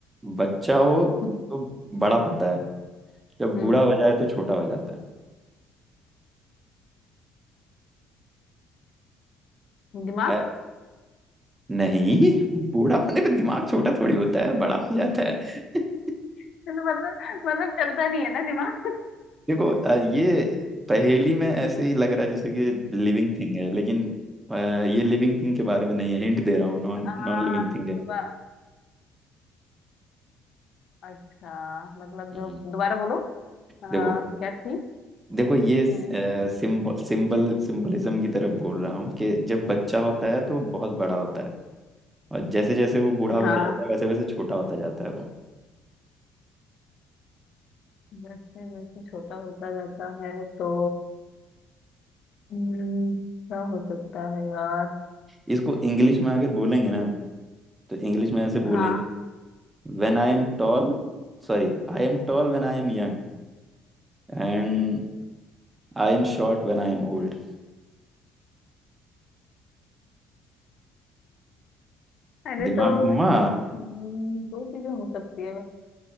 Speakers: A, on the right; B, on the left.
A: बच्चा हो
B: हम्म
A: तो बड़ा होता है जब
B: हम्म
A: बूढ़ा हो जाए तो छोटा हो जाता
B: हम्म। दिमाग
A: है अ- नहीं बूढ़ा होने पे दिमाग छोटा थोड़ी होता है बड़ा हो जाता है <laughs>
B: <laughs> मतलब मतलब चलता नहीं है ना दिमाग
A: देखो अ, ये पहेली में ऐसे ही लग रहा है जैसे कि लिविंग थिंग है लेकिन अ, ये लिविंग थिंग के बारे में नहीं है हिंट दे रहा हूँ नॉन
B: <laughs>
A: नॉन लिविंग थिंग है
B: आ, अच्छा मतलब
A: हम्म
B: जो दोबारा बोलो आ,
A: देखो
B: क्या थी
A: देखो ये
B: हम्म
A: सिंबल सिंबल सिंबलिज्म की तरफ बोल रहा हूँ कि जब बच्चा होता है तो बहुत बड़ा होता है और जैसे जैसे वो बूढ़ा होता
B: हाँ
A: जाता है वैसे वैसे छोटा होता जाता है वो
B: जैसे जैसे छोटा होता जाता है तो हम्म, क्या हो सकता है यार
A: इसको इंग्लिश में अगर बोलेंगे ना
B: हम्म,
A: तो इंग्लिश में ऐसे बोलेंगे
B: हाँ
A: When I am tall Sorry I am tall when I am young and I am short when I am old
B: अरे
A: दिमाग
B: तो
A: घुमा
B: हम्म, दो चीजें हो सकती है बस